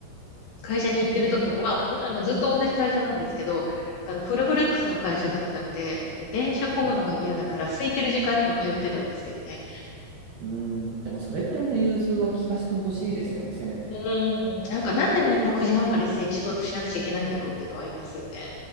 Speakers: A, on the left; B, on the right.
A: 会社に行ってる時も、まあ、あの、ずっと同じ会社なんですけど、あの、フルフレックスの会社だったので、電車混むのが嫌だから、
B: う
A: 空いてる時間には通ってたんですけどね。
B: ん、うんでも、それぐらいの融通は聞かせてほしいですよね、せめて。
A: うん、なんかなんでみんな9時半から一斉に仕事しなくちゃいけないんだろうっていうのはありますよね。